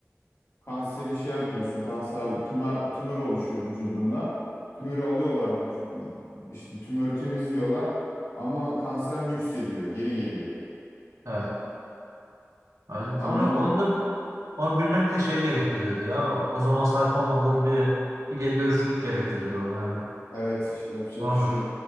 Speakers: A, on the left; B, on the right.
A: kanseri şey yapıyorsun. Kanser tümör tümör oluşuyor vücudunda. Tümörü alıyorlar vücu- işte tümörü temizliyorlar ama kanser nüksediyor, geri geliyor.
B: evet. Evet,
A: Anladım.
B: Onu, onu da onu bilmek de şey gerektirirdi ya. O zaman sahip olmadığın bir ileri görüşlülük gerektirirdi o yani.
A: Evet, işte yapacak
B: Normal.
A: bir şey yok.